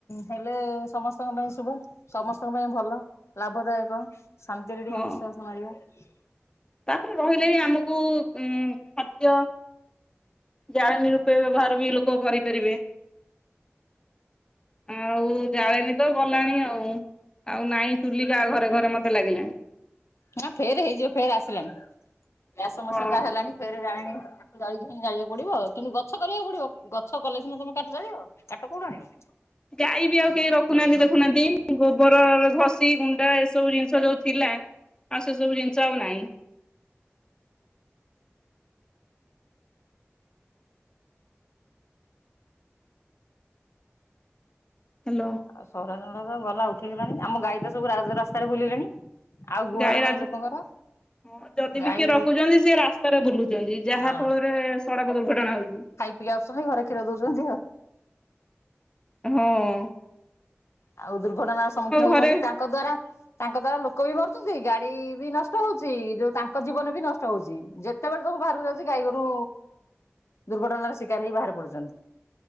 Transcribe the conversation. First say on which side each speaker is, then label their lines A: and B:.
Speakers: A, on the left; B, on the left.
A: ହେଲେ ସମସ୍ତଙ୍କ ପାଇଁ ଶୁଭ ସମସ୍ତଙ୍କ ପାଇଁ ଭଲ। ଲାଭଦାୟକ ଶାନ୍ତିରେ ଟିକେ
B: ହଁ
A: ନିଶ୍ୱାସ ମାରିବା।
B: ତାପରେ ରହିଲେ ବି ଆମକୁ ଉଁ ଖାଦ୍ୟ ଜାଳେଣି ରୂପେ ବ୍ୟବହାର ବି ଲୋକ କରିପାରିବେ। ଆଉ ଜାଳେଣି ତ ଗଲାଣି ଆଉ ଆଉ ନାଇଁ ଚୁଲି କାହା ଘରେ ଘରେ ମତେ ଲାଗିଲାଣି।
A: ନା ଫେରେ ହେଇଯିବ ଫେରେ ଆସିଲାଣିି ଗ୍ୟାସ୍ ସମସ୍ୟା
B: ହଁ।
A: ଯାହା ହେଲାଣି ଫେରେ ଜାଳେଣି ଜାଳିକି ହିଁ ଜାଳିବାକୁ ପଡ଼ିବ କିନ୍ତୁ ଗଛ କରିବାକୁ ପଡ଼ିବ ଗଛ କଲେ ସିନା ତମେ କାଠ ଜାଳିବ କାଠ କୋଉଠୁ ଆଣିବ?
B: ଗାଈ ବି ଆଉ କେହି ରଖୁନାହାନ୍ତି ଦେଖୁନାହାନ୍ତି ଗୋବର ଘଷି ଗୁଣ୍ଡ ଏସବୁ ଜିନିଷ ଯୋଉ ଥିଲା ଆଉ ସେ ସବୁ ଜିନିଷ ଆଉ ନାହିଁ। ହ୍ୟାଲୋ।
A: ଆଉ ସହରର <unintelligible> ତ ଗଲା ଉଠେଇଗଲାଣି ଆମ ଗାଈ ତ ସବୁ ରାଜ ରାସ୍ତାରେ ବୁଲିଲେଣି ଆଉ ଗୁହାଳ
B: ଗାଈ ରାଜ
A: ନାଇଁ ଲୋକଙ୍କର
B: ହଁ ଯଦି ବି
A: ଗାଈ
B: କିଏ ରଖୁଛନ୍ତି ସିଏ ରାସ୍ତାରେ ବୁଲୁଛନ୍ତି ଯାହା
A: ହଁ
B: ଫଳରେ ସଡ଼କ ଦୁର୍ଘଟଣା ହଉଛି।
A: ଯିଏ ଆସୁଛନ୍ତି ଘରେ କ୍ଷୀର ଦଉଛନ୍ତି ଆଉ
B: ହୁଁ।
A: ଆଉ ଦୁର୍ଘଟଣାର ସମ୍ମୁଖୀନ ହଉଛନ୍ତି
B: ଘରେ
A: ତାଙ୍କ ଦ୍ଵାରା ତାଙ୍କ ଦ୍ଵାରା ଲୋକ ବି ମରୁଛନ୍ତି ଗାଡ଼ି ବି ନଷ୍ଟ ହଉଛି ଯୋଉ ତାଙ୍କ ଜୀବନ ବି ନଷ୍ଟ ହଉଛି। ଯେତେବେଳେ ସବୁ ବାହାରକୁ ଯାଉଛି ଗାଈଗୋରୁ ଦୁର୍ଘଟଣାର ଶିକାର ହେଇକି ବାହାରି ପଡୁଛନ୍ତି।